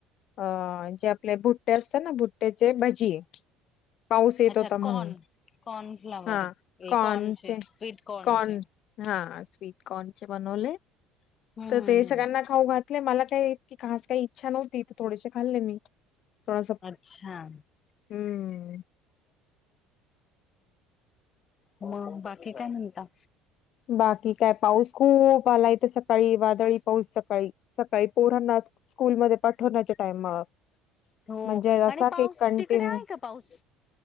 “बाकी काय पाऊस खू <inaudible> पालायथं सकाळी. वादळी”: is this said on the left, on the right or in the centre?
Left